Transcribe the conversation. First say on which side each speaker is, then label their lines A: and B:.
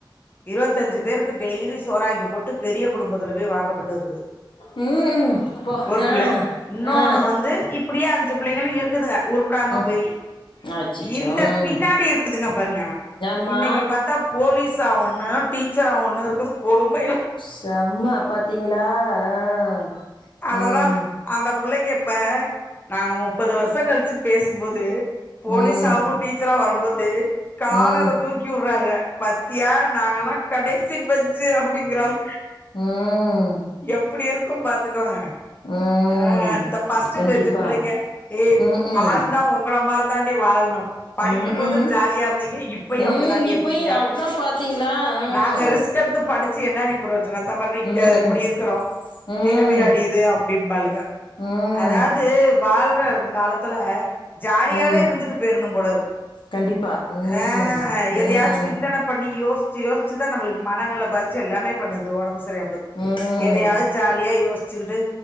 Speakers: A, on the left; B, on the left.
A: இருபத்தஞ்சு பேருக்கு டெய்லி சோறாக்கி போட்டு பெரிய குடும்பத்துல போய் வாக்கப்பட்டு இருக்குது
B: ம் போ
A: ஒரு
B: ஆ
A: பிள்ள இன்னொன்னு
B: ஆ
A: வந்து இப்டியே அஞ்சு புள்ளைங்களு இருக்குதுங்க உருப்பிடாம
B: ம்
A: போயி
B: அச்சச்சோ
A: இந்த
B: ம்
A: பின்னாடி இருக்குதுங்க பாருங்க
B: ஆமா
A: இன்னைக்கு போலீஸ்ஸா ஒண்ணு டீச்சரா ஒண்ணு இருக்குது கொடுமைல்ல
B: செம்ம பாத்தீங்களா ஆ
A: அததான்
B: ம்
A: அந்த புள்ளைங்கப்ப நாங்க முப்பது வருஷோ கழிச்சு பேசுபோது போலீஸாவு
B: ம்
A: டீச்சராவு வரும்போது காலரத்தூக்
B: ம் ம்
A: கிடுறாளுக பாத்தியா நாங்கல்லா கடைசி பெஞ்சு அப்டிங்கறாள்
B: உம்
A: எப்டி இருக்கு பாத்துக்கோங்க
B: ம்
A: அ இந்த பஸ்ட்ட்
B: கண்டிப்பா
A: பெஞ்சு புள்ளைங்க ஏய்
B: ம்ஹ்ம்
A: வாழ்ந்தா உங்கள மாரி தாண்டி வாழணு படிக்கு
B: ம்ஹ்ம்
A: போது ஜாலியா இருந்தீங்க இப்பயு
B: ம்
A: அப் படிதாண்டி
B: இப்பயு
A: இருக்கீங்க அப்டின்னு
B: அதான் பாத்தீங்களா ம்
A: நாங்க ரிஸ்க் எடுத்து படிச் சி என்னாடி புரயோசனோ இந்த பார்ரி இப்டி
B: ம்ஹ்ம்
A: இருக்கிறோ
B: ம்
A: தேவையாடியிது அப்டிம்பாளுங்க
B: ம்
A: அதாவது வாழ்ற காலத்துல ஜாலியாவே
B: ம்
A: இருந்துட்டு போயிரணும் போல இருக்
B: கண்டிப்பா ம்
A: ஆ
B: ம்ஹ்ம்
A: எதையாவது சிந்தனை பண்ணி யோசிச்சு யோசிச்சுதா நம்மளுக்கு மனநில பாதிச்சு எல்லாமே பண்ணுது ஒடம்பு சரியாம்போது
B: ம் ம்
A: எதயாவது ஜாலியா யோசிச்சுக்கிட்டு